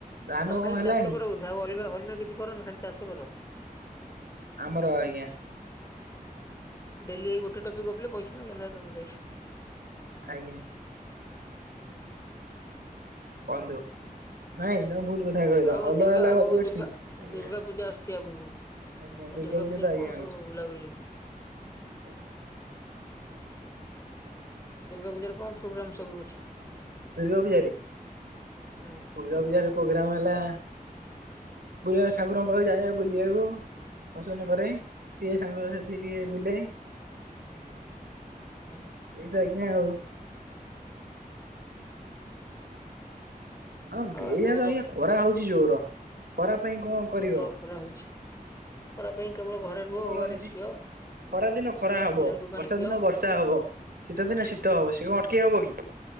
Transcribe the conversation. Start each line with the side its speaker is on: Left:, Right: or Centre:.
Right: ଧାନ
Left: ତମେ
Right: କଣ
Left: ଖାଲି
Right: ହେଲାଣି
Left: ଚାଷ କର ବୋଧେ ଆଉ ଅଲଗା ଅଲଗା କିଛି କରନୁ ଖାଲି ଚାଷ କର
Right: ଆମର ଆଜ୍ଞା।
Left: ଡେଲି ଏଇ ଗୋଟେ ଟପିକ ଗପିଲେ ପଇସା ନା ଗେନ୍ଧା ତତେ ଦେବେ
Right: ଆଜ୍ଞା। ବନ୍ଧୁ ନାଇଁ ତମେ ଭୁଲୁ କଥା କହିଲ
Left: ଆଉ
Right: ଅଲଗା
Left: ଦୁର୍ଗା
Right: ଅଲଗା
Left: ଆଗକୁ
Right: <unintelligible>
Left: ଦୁର୍ଗା
Right: ଆଜ୍ଞା।
Left: ଦୁର୍ଗା ପୂଜା ଆସୁଛି ଆଗକୁ
Right: ଆଜ୍ଞା
Left: ଆଉ
Right: ଦୁର୍ଗାପୂଜା
Left: ଦୁର୍ଗା ପୂଜାରେ
Right: ତ ଆଜ୍ଞା
Left: କଣ
Right: ହଉଚି
Left: ସବୁ ବୁଲାବୁଲି
Right: ଆଜ୍ଞା।
Left: ଦୁର୍ଗା ପୂଜାରେ କଁ ପ୍ରୋଗ୍ରାମ ସବୁ ଅଛି?
Right: ଦୁର୍ଗା ପୂଜାରୀ ଆଜ୍ଞା
Left: ହଁ
Right: ଦୁର୍ଗା ପୂଜାର ପ୍ରୋଗ୍ରାମ ହେଲା ବୁଲିବା ସାଗୁର <unintelligible> ଯାଏନା ବୁଲିବାକୁ। ଅସନ କରେ କିଏ ସାଙ୍ଗସାଥି ଟିଏ ବୁଲେ।
Left: ହୁଁ।
Right: ଏଇତ ଆଜ୍ଞା ଆଉ। ଅଗେ
Left: ଆଉ ଆଗକୁ
Right: ଏଇନା ତ ଆଜ୍ଞା
Left: ରଥ
Right: ଖରା ହଉଚି ଜୋର ଖରା ପାଇଁ
Left: ହୁଁ
Right: କଁ
Left: ପ୍ରବଳ
Right: କରିବ
Left: ଖରା ହଉଛି ଖରା ପାଇଁ କେବଳ
Right: ଖରା
Left: ଘରେ
Right: ତ
Left: ରୁହ
Right: ପ୍ରବଳ
Left: ୱାରେସ
Right: ହଉଛି
Left: ପିଅ।
Right: ଖରା ଦିନ ଖରା ହବ
Left: ଲେମ୍ବୁ ପାଣି
Right: ବର୍ଷା
Left: ପିଅ
Right: ଦିନ ବର୍ଷା ହବ ଶୀତ ଦିନେ ଶୀତ ହବ ସେ କଁ ଅଟକେଇ ହବ କି।